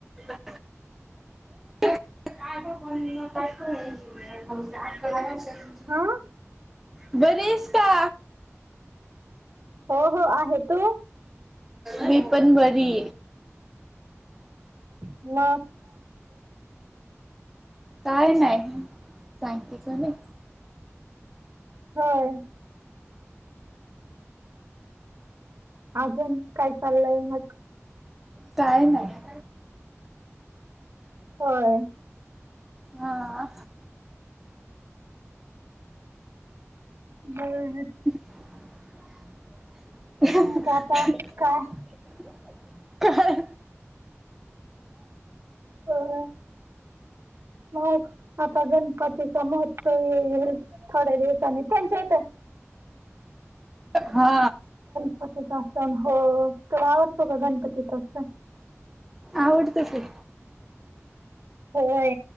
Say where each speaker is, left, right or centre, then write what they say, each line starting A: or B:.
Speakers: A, in the centre; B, on the right.
A: <inaudible> <unintelligible>
B: हा
A: बरीस का?
B: हो हो आहे तू.
A: मी पण बरी
B: ना
A: काय नाही सांगतेिक नाही.
B: हो. अजून काय चाललंय मग
A: काय नाही.
B: होय.
A: हा
B: बरर
A: <unintelligible>
B: मग आता काय
A: काय
B: हो हो ह पगण पतिसा महोत्सव येईल थोड्या दिवसांनी त्यांच्या येत
A: हा
B: असंच असत हो तर आवडतो का गणपतीच अस
A: आवडत तू
B: होय